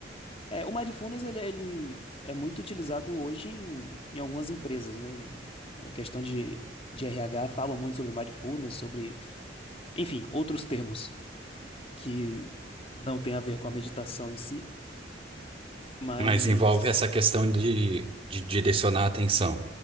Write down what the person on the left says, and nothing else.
É, o Mindfulness, ele, ele é muito utilizado hoje em, em algumas empresas, né? E a questão de, de RH falam muito sobre o Mindfulness, sobre, enfim, outros termos que não tem a ver com a meditação em si, mas